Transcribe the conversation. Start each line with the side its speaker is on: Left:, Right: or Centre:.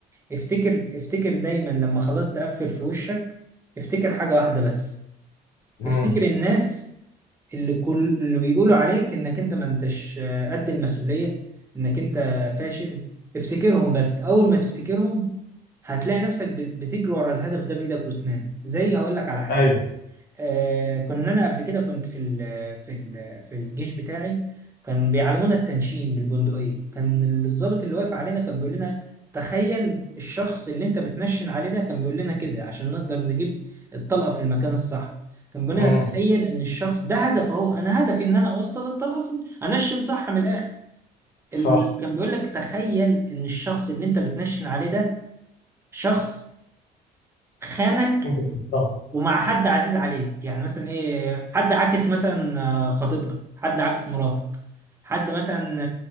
Right: افتكر افتكر دايما لما خلاص تقفل في وشك افتكر حاجة واحدة بس
Left: مم.
Right: افتكر الناس اللي كل اللي بيقولوا عليك انك انت ما انتش قد المسؤولية انك انت فاشل افتكرهم بس اول ما تفتكرهم هتلاقي نفسك بت- بتجري ورا الهدف ده بايدك واسنانك زي هقول لك على حاجة
Left: ايوه
Right: آه كنا انا قبل كده كنت في ال في ال في الجيش بتاعي كان بيعلمونا التنشين بالبندقية كان الضابط اللي واقف علينا كان بيقول لنا تخيل الشخص اللي انت بتنشن عليه ده كان بيقول لنا كده عشان نقدر نجيب الطلقة في المكان الصح كان بيقول
Left: مم.
Right: لنا تخيل ان الشخص ده هدفه هو انا هدفي ان انا اوصل الطلقة في انشن صح من الاخر ال...
Left: صح
Right: كان بيقول لك تخيل ان الشخص اللي انت بتنشن عليه ده شخص خانك
Left: انت بتختار
Right: ومع حد عزيز عليك يعني مثلا ايه حد عاكس مثلا آه، خطيبتك حد عاكس مراتك حد مثلا